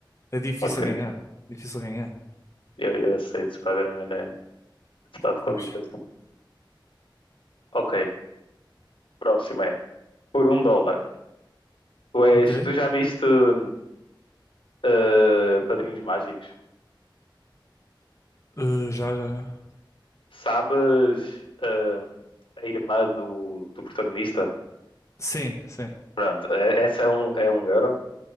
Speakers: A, on the left; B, on the left.
A: É difícil
B: Ok.
A: ganhar. Difícil ganhar.
B: Eu, eu aceito. Spider-Man é. Se dá de qualquer
A: Percebes?
B: coisa. Ok. Próximo é. Por um dólar. Tu és.
A: Ok.
B: Tu já viste. hum, eh, Padrinhos Mágicos?
A: Uh, já, já, já.
B: Sabes, ahm, a irmã do, do protagonista?
A: Sim, sim.
B: Pronto, é- essa é um, é um euro.